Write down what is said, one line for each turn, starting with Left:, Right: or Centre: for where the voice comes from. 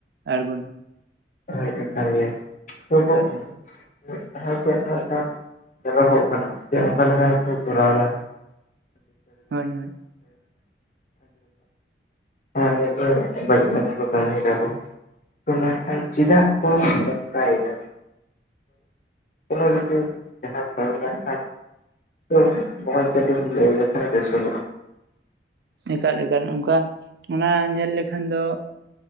Right: ᱟᱬᱜᱚᱱᱟ ᱾
Left: ᱦᱳᱭ ᱞᱮᱠᱷᱟ ᱜᱮ <unintelligible>
Right: ᱮᱠᱟᱞ ᱮᱠᱟᱞ
Left: ᱢᱤᱫ ᱫᱷᱟ ᱡᱮ ᱱᱚᱝᱠᱟᱱ ᱧᱮᱞᱚᱜᱚᱜ ᱠᱟᱱᱟ ᱡᱮ ᱚᱱᱠᱟ ᱞᱮᱠᱟ ᱜᱮᱠᱚ ᱠᱚᱨᱟᱣ ᱫᱟ ᱾ <unintelligible> <unintelligible>
Right: ᱦᱳᱭ ᱦᱳᱭ
Left: ᱵᱟᱲᱤᱡ ᱠᱟᱢᱤ ᱠᱚ ᱠᱟᱹᱢᱤᱭᱟᱭ ᱠᱚ ᱛᱚ ᱢᱮᱱᱠᱷᱟᱱ ᱪᱤᱫᱟᱜ ᱠᱚ ᱚᱝᱠᱟᱭ ᱮᱫᱟ ᱠᱚᱱᱚ ᱡᱩᱫᱤ <unintelligible> ᱞᱟᱹᱭ ᱞᱮᱠᱷᱟᱱ ᱵᱮᱥᱚᱜᱚᱜᱼᱟ᱾
Right: ᱮᱠᱟᱞ ᱮᱠᱟᱞ ᱚᱝᱠᱟ ᱚᱱᱟ ᱧᱮᱞ ᱞᱮᱠᱷᱟᱱ ᱫᱚ